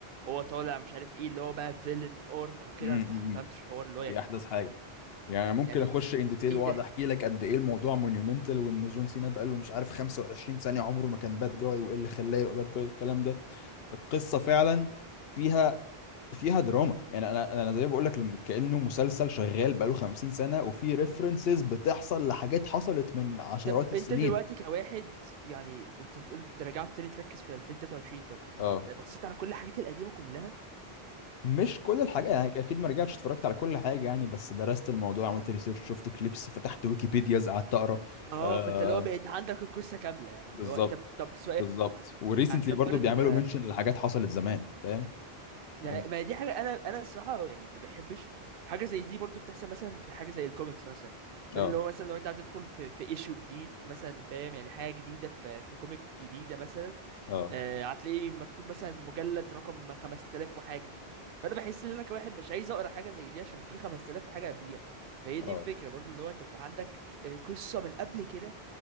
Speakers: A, on the right (about 65°); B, on the left (about 70°).
A: وهو طالع مش عارف ايه اللي هو بقى فيلن اورك وكده
B: مم،
A: انا الصراحه
B: مم،
A: ما
B: مم.
A: فهمتش حوار اللي
B: دي
A: هو يعني
B: احدث حاجة يعني ممكن
A: يعني
B: اخش ان ديتيل
A: ايه
B: واقعد
A: ده
B: احكي لك قد ايه الموضوع مونيومنتال وان جون سينا بقى له مش عارف 25 ثانيه عمره ما كان باد جاي وايه اللي خلاه يبقى باد جاي والكلام ده القصه فعلا
A: مم.
B: فيها فيها دراما يعني انا انا زي بقول لك الم- كانه مسلسل شغال بقى له 50 سنه وفي ريفرنسز بتحصل لحاجات حصلت من عشرات
A: طب
B: السنين
A: انت دلوقتي كواحد يعني انت بتقول ده رجعت تاني تركز في 2023 طب انت
B: اه
A: انت بصيت على كل الحاجات القديمه كلها
B: مش كل الحاجات يعني اكيد ما رجعتش اتفرجت على كل حاجه يعني بس درست الموضوع عملت ريسيرش شفت كليبس فتحت ويكيبيديا قعدت اقرا
A: اه
B: آه،
A: فانت اللي هو بقيت عندك القصه كامله يعني
B: بالظبط
A: اللي هو طب طب سؤال
B: بالظبط وريسنتلي
A: يعني نفترض
B: برضو بيعملوا منشن لحاجات حصلت زمان فاهم
A: يعني
B: هم-
A: ما هي دي حاجه انا انا الصراحه يعني ما بحبش حاجه زي دي برضو بتحصل مثلا في حاجه زي الكوميكس مثلا فاهم
B: اه
A: اللي هو مثلا لو انت هتدخل في في ايشو جديد مثلا فاهم يعني حاجه جديده في في كوميك جديده مثلا
B: اه
A: آه هتلاقيه مكتوب مثلا مجلد رقم 5000 وحاجه فانا بحس ان انا كواحد مش عايز اقرا حاجه زي دي عشان في 5000 وحاجه قبليها فهي
B: اه
A: دي الفكره برضو اللي هو انت انت عندك آه، قصه من قبل كده